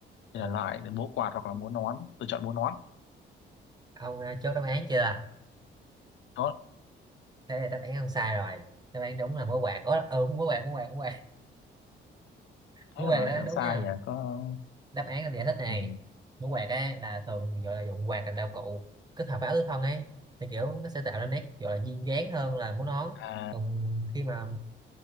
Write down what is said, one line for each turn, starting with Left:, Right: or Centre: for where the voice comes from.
Right: Ờ,
Left: thì là lại để múa quạt hoặc là múa nón tôi chọn múa nón
Right: ông ờ, chốt đáp án chưa?
Left: đó
Right: Thế là đáp án không sai rồi. Đáp án đúng là múa quạt. Ủa, ừ, múa quạt, múa quạt, múa quạt. mũ
Left: thế là
Right: quạt đó
Left: lại chọn
Right: đúng
Left: sai
Right: nha
Left: à có
Right: đáp án là giải thích này
Left: ừ.
Right: mũ quạt á là thường gọi là dụng quạt làm đạo cụ kết hợp với áo tứ thân ấy thì kiểu nó sẽ tạo ra nét gọi là duyên dáng hơn là mũ nón
Left: à
Right: còn khi mà